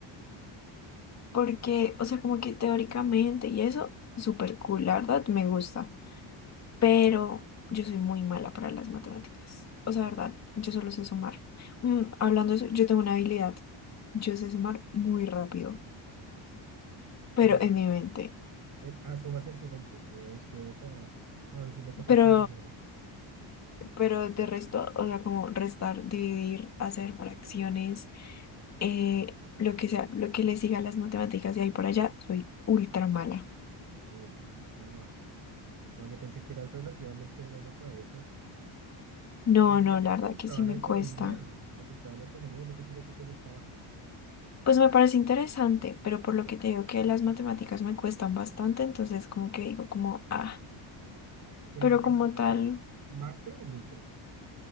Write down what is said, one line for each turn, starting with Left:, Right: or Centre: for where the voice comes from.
Left: <laughs> porque, o sea, como que teóricamente y eso, súper cool, la verdad, me gusta. Pero yo soy muy mala para las matemáticas. O sea, verdad, yo solo sé sumar. Mm, hablando de eso, yo tengo una habilidad. Yo sé sumar muy rápido, pero
Right: O sea,
Left: en mi mente.
Right: eh, asumas en tu mente. Uy, quieta. A mí sí me toca
Left: Pero,
Right: con los dedos.
Left: pero de resto, o sea, como restar, dividir, hacer fracciones, eh, lo que sea, lo que le siga a las matemáticas y ahí por allá, soy ultra mala.
Right: Uy, no. No, yo pensé que eras relativamente buena para eso.
Left: No,
Right: Yo pensé
Left: no,
Right: que a ti
Left: la
Right: te
Left: verdad
Right: gustaba
Left: que sí me
Right: la economía,
Left: cuesta.
Right: te gustaba la economía, yo pensé que a ti te gustaba,
Left: Pues me parece interesante, pero por lo que te digo que las matemáticas me cuestan bastante, entonces como que digo como, ah,
Right: pero
Left: pero
Right: ¿qué te
Left: como
Right: gusta
Left: tal,
Right: más? ¿Macro o micro?